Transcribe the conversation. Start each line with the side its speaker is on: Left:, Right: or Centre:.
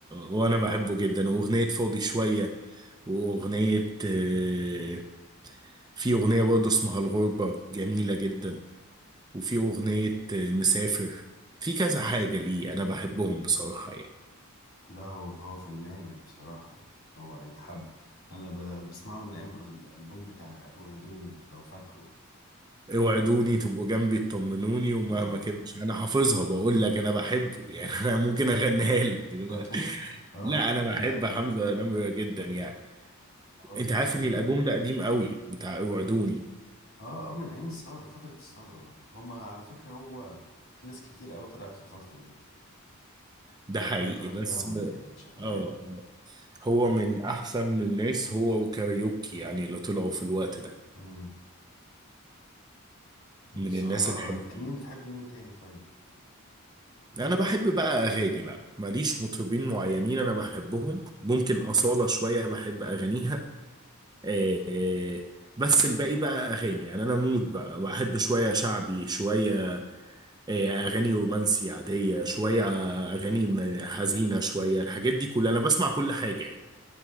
Right: وأنا بحبه جدا وأغنية فاضي شوية وأغنية إيه في أغنية برضه اسمها الغربة جميلة جدا وفي أغنية إيه، مسافر في كذا حاجة ليه أنا بحبهم بصراحة يعني
Left: لا هو هو فنان يعني بصراحة يعني هو يتحب انا ب- بسمع له من ايام الالبوم بتاع اوعدوني لو فاكره
Right: اوعدوني تبقوا جنبي تطمنوني ومهما
Left: اه
Right: كنتش انا حافظها بقول لك انا بحبه يعني <laughs> انا ممكن اغنيها لك دلوقتي
Left: <laughs> اه
Right: لا انا بحب
Left: لا
Right: حمزة
Left: انا
Right: نمرة جدا يعني
Left: برضه
Right: انت عارف
Left: نفس الكلام
Right: ان الالبوم ده قديم قوي بتاع اوعدوني
Left: اه اه من ايام الثوره فتره الثوره برضه هما على فكره هو في ناس كتير قوي طلعت في الفتره دي
Right: ده حقيقي
Left: الاندر
Right: بس
Left: جراوند
Right: اه
Left: يعني بشكل
Right: آه.
Left: عام
Right: هو من احسن الناس هو وكاريوكي يعني اللي طلعوا في الوقت ده
Left: امم
Right: من
Left: بصراحه
Right: الناس الحلوين
Left: انت مين بتحب مين تاني طيب
Right: انا بحب بقى اغاني بقى ماليش مطربين معينين انا بحبهم ممكن أصالة شوية بحب اغانيها آه، بس الباقي بقى اغاني يعني انا مود بقى بحب شويه شعبي شويه آه، اغاني رومانسي عاديه شويه اغاني م- حزينه شويه الحاجات دي كلها انا بسمع كل حاجه يعني